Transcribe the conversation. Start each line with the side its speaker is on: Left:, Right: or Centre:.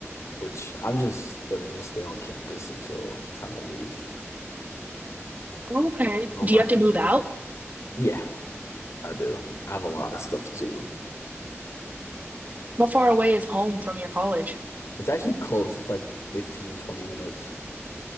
Left: which I'm just gonna just stay on campus until it's time to leave.
Right: Okay.
Left: That's all
Right: Do
Left: my
Right: you have
Left: friends
Right: to move
Left: are
Right: out?
Left: doing. Yeah, I do. I have a lot of stuff too.
Right: How far away is home from your college?
Left: It's actually close. It's like 15, 20 minutes.